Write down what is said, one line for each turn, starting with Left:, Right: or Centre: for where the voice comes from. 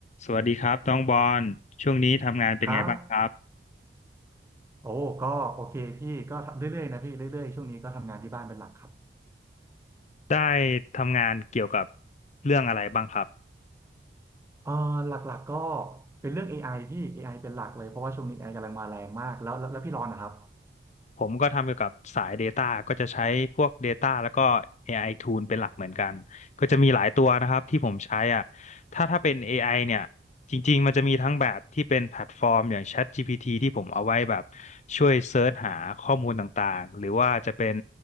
Left: สวัสดีครับน้องบอลช่วงนี้ทำงานเป็นไงบ้างครับ
Right: ครับโอ้ก็โอเคพี่ก็เรื่อยๆนะพี่ เรื่อยๆช่วงนี้ก็ทำงานที่บ้านเป็นหลักครับ
Left: ได้ทำงานเกี่ยวกับเรื่องอะไรบ้างครับ
Right: เออหลักๆก็เป็นเรื่อง AI พี่ AI เป็นหลักเลยเพราะว่าช่วงนี้ AI กำลังมาแรงมากแล้วแล้วแล้วพี่รอนนะครับ
Left: ผมก็ทำเกี่ยวกับสาย Data ก็จะใช้พวก Data แล้วก็ AI Tool เป็นหลักเหมือนกันก็จะมีหลายตัวนะครับที่ผมใช้อ่ะถ้าถ้าเป็น AI เนี่ยจริงๆมันจะมีทั้งแบบที่เป็นแพลตฟอร์มอย่าง ChatGPT ที่ผมเอาไว้แบบช่วยเซิร์ชหาข้อมูลต่างๆหรือว่าจะเป็น